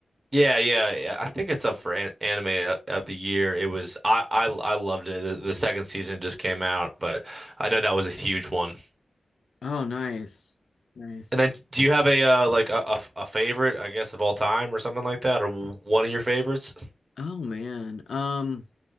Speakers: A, on the right; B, on the left.
A: Yeah, yeah, yeah, I think it's up for an anime o- of the year. It was I I I loved it. The, the second season just came out, but I know that was a huge one.
B: Oh, nice. Nice.
A: And then, do you have a uh, like a a a favorite, I guess, of all time or something like that, or w- one of your favorites?
B: Oh man. Um